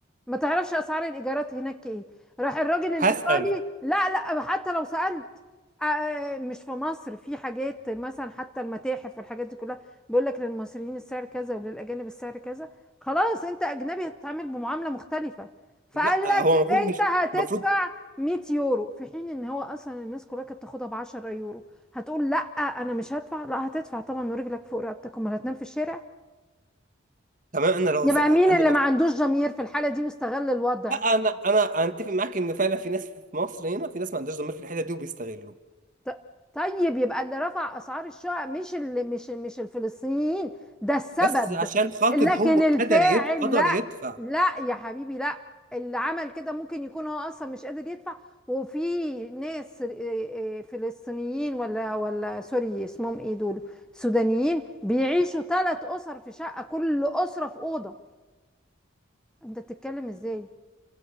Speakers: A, in the centre; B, on the right.
A: ما تعرفش اسعار الايجارات هناك ايه راح الراجل الايطالي
B: هسأل
A: لا لا حتى لو سالت آه، آه، مش في مصر في حاجات مثلا حتى المتاحف والحاجات دي كلها بيقول لك للمصريين السعر كذا وللاجانب السعر كذا خلاص انت اجنبي هتتعامل بمعامله مختلفه فقال
B: لا
A: لك
B: هو المفروض
A: انت
B: مش
A: هتدفع
B: المفروض
A: 100 يورو في حين ان هو اصلا الناس كلها كانت بتاخدها ب 10 يورو هتقول لا انا مش هدفع لا هتدفع طبعا ورجلك فوق رقبتك امال هتنام في الشارع
B: تمام انا لو
A: يبقى
B: سأ...
A: مين
B: انا
A: اللي
B: لو
A: ما عندوش ضمير في الحالة دي واستغل الوضع
B: لا انا انا اتفق معاك ان فعلا في ناس في مصر هنا في ناس ما عندهاش ضمير في الحته دي وبيستغلوا
A: ط- طيب يبقى اللي رفع اسعار الشقق مش اللي مش مش الفلسطينيين ده السبب
B: بس عشان خاطر
A: لكن
B: هو قدر
A: الفاعل
B: يد... قدر
A: لا
B: يدفع
A: لا يا حبيبي لا اللي عمل كده ممكن يكون هو اصلا مش قادر يدفع وفي ناس آه، آه، فلسطينيين ولا ولا سوري اسمهم ايه دول سودانيين بيعيشوا ثلاث اسر في شقة كل اسرة في اوضة انت بتتكلم ازاي